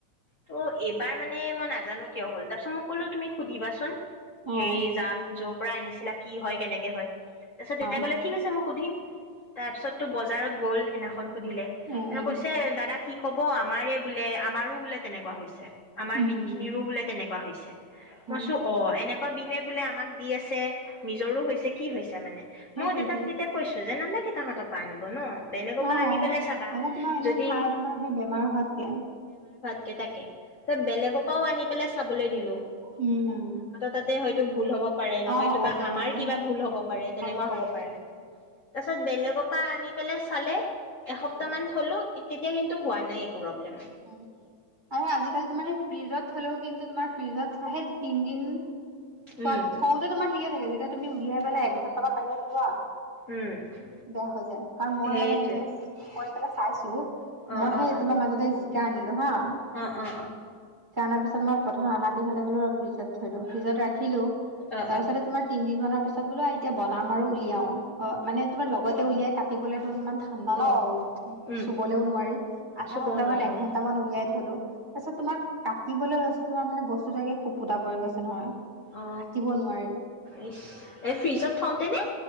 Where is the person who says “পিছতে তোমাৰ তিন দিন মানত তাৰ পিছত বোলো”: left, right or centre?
Right